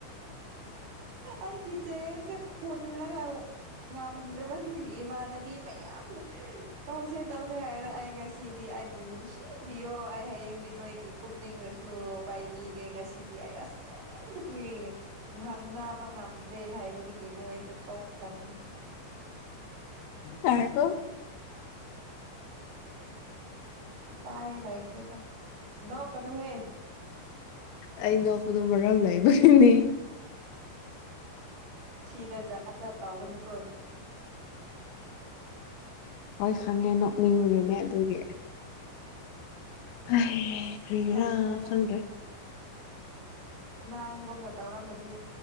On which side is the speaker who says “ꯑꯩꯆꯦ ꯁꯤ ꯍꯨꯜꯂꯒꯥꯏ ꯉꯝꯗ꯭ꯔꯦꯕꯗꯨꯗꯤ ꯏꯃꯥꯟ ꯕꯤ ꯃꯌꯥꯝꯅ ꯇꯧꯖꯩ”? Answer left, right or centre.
Right